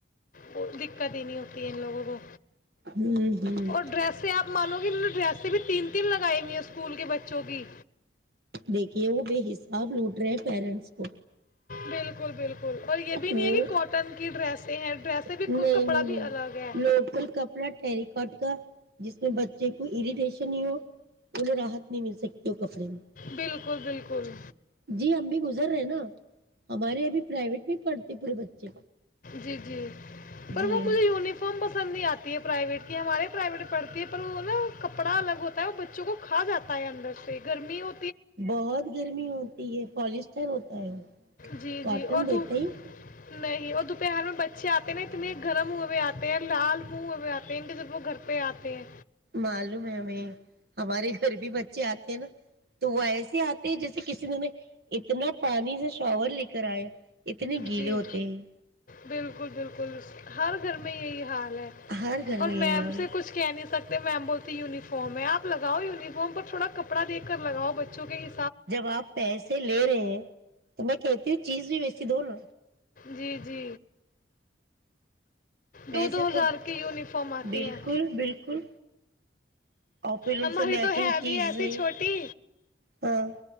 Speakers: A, on the left (about 45°); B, on the right (about 55°).
A: دقت ہی نہیں ہوتی ہے ان لوگوں کو و
B: ہوں ہوں
A: <unintelligible> اور ڈریسیں آپ مانو کہ ڈرییسیں بھی تین تین لگائی ہوئی ہیں اسکول کے بچوں کی
B: دیکھیے وہ بے حساب لوٹ رہے ہیں پیرنٹس کو
A: بالکل بالکل اور یہ بھی
B: وہ
A: نہیں ہے کہ کاٹن کی ڈریس ہیں ڈریسیں بھی
B: نہیں
A: کپڑا
B: نہیں نہیں
A: بھی الگ ہے
B: لوکل کپڑا ٹرییکٹ کا جس بچے کو اریٹیشن ہی ہو انہیں راحت نہیں مل سکتی ہو کپڑے میں
A: بالکل بالکل
B: جی ہم بھی گزر رہے ہیں نا ہمارے ابھی پرائیویٹ میں پڑھتے پورے بچے
A: جی جی <unintelligible> پر
B: جی
A: م مجھ ینیفارم پسند نہیں آتی ہے پرائیویٹ کی ہمارے پرائیویٹ پڑھتی ہے پر وہ نا کپڑا الگ ہوتا ہے وہ بچوں کو کھا جاتا ہے اندر سے گرمی ہو
B: بہت گرمی ہوتی ہے پالسٹر ہوتا ہے
A: جی
B: کاٹن
A: جی اور
B: دیتے
A: دھوپ
B: ہی
A: نہیں اور دوپہر میں بچے آتے ہیں نا اتنے گرم ہوئے ہوئے آتے ہیں لال منہ ہوئے ہوئے آتے ہیں ان کے طرف وہ گھر پہ آتے ہیں
B: معلوم ہے ہمیں گھر بھی بچے آتے ہیں نا تو وہ ایسے آتے ہیں جیسے کسی نے اتنا پانی سے شاور لے کر آئے اتنے گیلے
A: جی
B: ہوتے ہیں
A: بالکل بالکل ہر گھر میں یہی حال
B: ہر گھر
A: اور
B: میں یہی
A: میم
B: حال
A: سے
B: ہے۔
A: کچھ کہہ نہیں سکتا میم بولتی یونیفارم ہےپگاؤ یونیفارم پر تھوڑا کپڑا دے کر لگاؤ بچوں کے ہی
B: جب آپ پیسے لے رہے میں کہتی ہوں چیز بھی ویسی دو نو
A: جی جی
B: پیسے
A: دو دو ہزار
B: تو
A: کے یونیفارم آتی
B: بالکل
A: ہیں
B: بالکل اور پھر
A: ہماری
B: ان سے میچنگ
A: تو ہے
B: چیزیں
A: بھی ایسی چھوٹی
B: ہاں